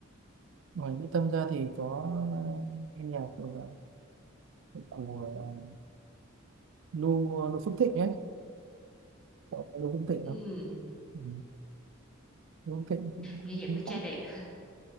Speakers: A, on the right; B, in the centre.
A: ngoài Mỹ Tâm ra thì có nghe nhạc của của Nu Nu Phước Thịnh ấy Cậu có Nu Phước Thịnh
B: ừ.
A: không ừ. Nu Phước Thịnh cũng, cũng,
B: nghe nhạc
A: cũng
B: của trai
A: cũng
B: đẹp